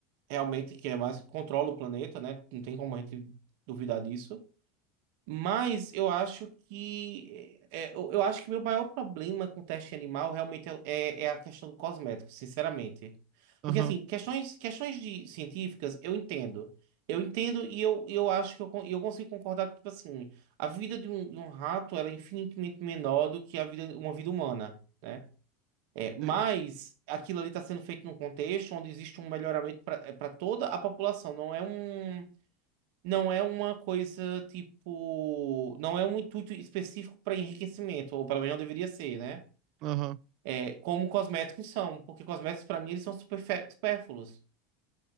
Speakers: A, on the right; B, on the right.
A: realmente que é mais, controla o planeta, né? Não tem como a gente duvidar disso. Mas eu acho que é, é, eu, eu acho que meu maior problema com teste animal realmente é, é- é a questão do cosmético, sinceramente.
B: Aham,
A: Porque assim, questões, questões de científicas eu entendo. Eu entendo e eu, eu acho que eu, con- eu consigo concordar que, tipo assim, a vida de um, de um rato era infinitamente menor do que a vida, uma vida humana, né? É, mas
B: sim,
A: aquilo ali está sendo feito num contexto onde existe um melhoramento para toda a população, não é um. Não é uma coisa tipo. Não é um intuito específico para enriquecimento, ou pelo menos não deveria ser, né?
B: aham.
A: É, como cosméticos são, porque cosméticos, para mim, eles são superfe- supérfluos.